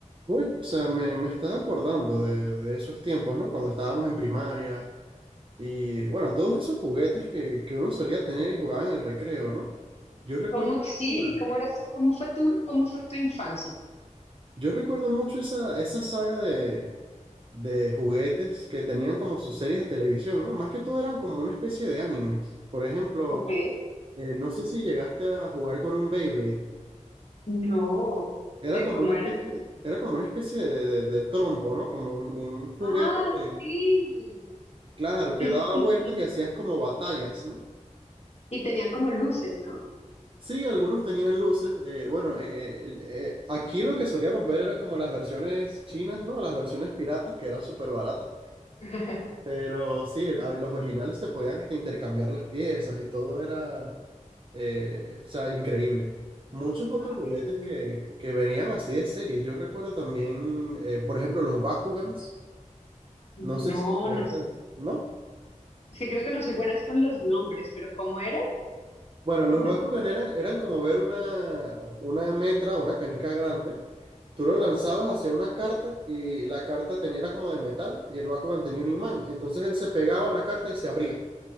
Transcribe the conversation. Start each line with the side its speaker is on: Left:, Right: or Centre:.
Right: Bueno, o sea, me, me estaba acordando de, de esos tiempos, ¿no? Cuando estábamos en primaria y, bueno, todos esos juguetes que, que uno solía tener y jugaba en el recreo, ¿no? Yo recuerdo
Left: ¿Cómo,
Right: mucho,
Left: sí, cómo era tu, cómo fue tu, cómo fue tu infancia?
Right: yo recuerdo mucho esa, esa saga de, de juguetes que tenían como sus series de televisión, ¿no? Más que todo eran como una especie de animes. Por ejemplo,
Left: Ok.
Right: eh, no sé si llegaste a jugar con un Beyblade.
Left: No,
Right: Era
Left: de
Right: como
Left: cómo
Right: una especie,
Left: era.
Right: era como una especie de, de, de- trompo, ¿no? Como un, un juguete
Left: Ah,
Right: que
Left: sí.
Right: Claro, que
Left: Sí,
Right: daba
Left: sí, sí.
Right: vueltas
Left: sí.
Right: y hacías como batallas, ¿no?
Left: Y tenían como luces, ¿no?
Right: Sí, algunos tenían luces. eh, bueno, eh, eh, eh, aquí lo que solíamos ver eran como las versiones chinas, ¿no? Las versiones piratas que eran súper baratas.
Left: <laughs>
Right: Pero sí, a los originales se podían hasta intercambiar las piezas y todo era, eh, o sea, increíble. Muchos otros
Left: Ay,
Right: juguetes
Left: qué...
Right: que, que venían así de series. Yo recuerdo también, eh, por ejemplo, los Bakugans. No
Left: No,
Right: sé si llegaste,
Left: no sé.
Right: ¿no?
Left: Es que creo que no soy buena con los nombres, pero ¿cómo era?
Right: Bueno,
Left: <laughs>
Right: los Bakugan eran, eran como ver una, una metra, una canica grande. Tú lo lanzabas hacia una carta y la carta tenía, era como de metal y el Bakugan tenía un imán. Entonces él se pegaba a la carta y se abría.